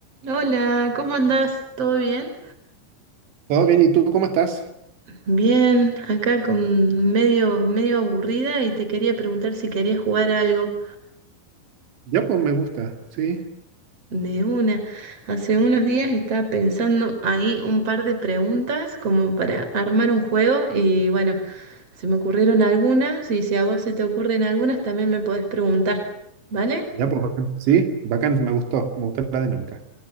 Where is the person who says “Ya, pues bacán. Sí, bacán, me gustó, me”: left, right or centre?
Right